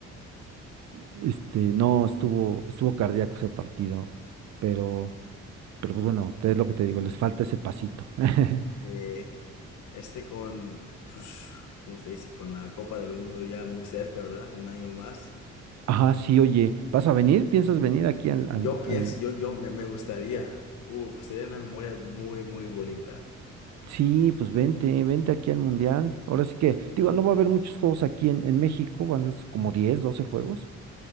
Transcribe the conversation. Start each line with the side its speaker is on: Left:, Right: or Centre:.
Right: Este, no, estuvo, estuvo cardíaco ese partido, pero Pero pues bueno, te- es lo que te digo, les falta ese pasito. <laughs>
Left: Eh, este con, pues, ¿cómo se dice? Con la Copa del Mundo ya muy cerca, ¿verdad? Un año más.
Right: Ajá, sí, oye, ¿vas a venir? ¿Piensas venir aquí al, al,
Left: Yo pienso,
Right: al-
Left: yo, yo me, me gustaría. Uf, sería una memoria muy, muy bonita.
Right: Sí, pues vente, vente aquí al Mundial. Ahora sí que, digo, no va a haber muchos juegos aquí en, en México, van a ser como 10 12 juegos,